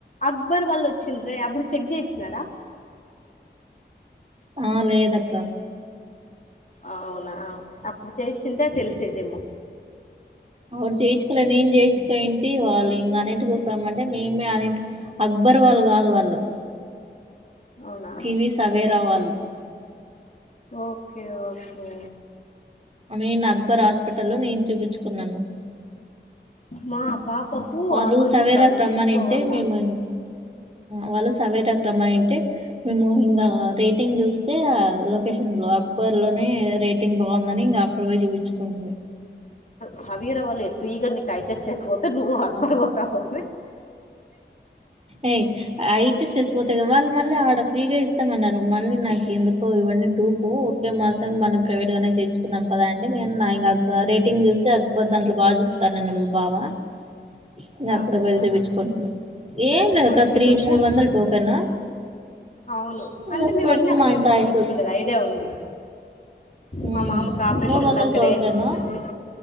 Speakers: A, on the left; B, on the right.
A: అక్బర్ వాళ్ళు వచ్చింద్రే అప్పుడు చెక్ జేయిచ్చినారా
B: ఆ లేదక్క
A: అవునా అప్పుడు చేయిచ్చింటే తెలిసేదేమో
B: అపుడు చేయించుకోలే నేను చేయించుక ఇంటి వాళ్ళు ఇంకా అనేటు మంటే మేమే అన్నింటి అక్బర్ వాళ్ళు గాదు వాళ్ళు
A: అవునా
B: కివిస్ అవేరావాళ్ళ
A: ఓకే ఓకే
B: నేను అక్బర్ హాస్పిటల్లో లో నేను చూపించుకున్నాను
A: మా పాపకు
B: వాళ్ళు
A: ఆ రోజు
B: సవేరాకి
A: డ్రస్
B: రమ్మనింటే
A: తీసుకోవాల
B: మేము వాళ్ళు సర్వే డాక్టరమ్మ అయ్యుంటే మేము ఇంగ అ రేటింగ్ జుస్తే ఆ లొకేషన్ లో అక్బర్ లోనే రేటింగ్ బాగుందని ఇంగ అక్కడ పోయి చూపించు కుంటుంది
A: సవీర వాళ్ళే ఫ్రీగా నీకు ఐ టెస్ట్ చేసి పోతే నువు అక్బర్ పోతావావె
B: ఏయ్ ఐ టెస్ట్ చేస్కాపోతేనెమో వాళ్ళు మళ్ళీ ఆడ ఫ్రీగా ఇస్తామన్నారు మళ్ళీ నాకు ఎందుకో ఇవన్నీ డూపు మాత్రం మనం ప్రైవేట్గా చేయిచుకుందం పద అండి విన్నా ఇంకా రేటింగ్ జస్తే అక్బర్ దాంట్లో బా జుస్తారనన్నరు మా బావ ఇగ అక్కడ
A: అవునా
B: వెళ్ళి చూపించుకుంటున్నా ఏం లేదు
A: హా
B: ఒక
A: నీ
B: త్రీ
A: క్వశ్చన్
B: మూడు వందలు టోకెను
A: అవును
B: ఇంగ
A: అంటే మేం
B: స్పెట్స్
A: అన్నీ అక్కడేళ్ళి
B: మన చాయిస్
A: చూపించుకుంటది ఐడియా ఉంది
B: మ్మ్
A: మా మామకు ఆపరేషన్లు
B: మూడు వందలు
A: అక్కడే
B: టోకెను
A: అన్ని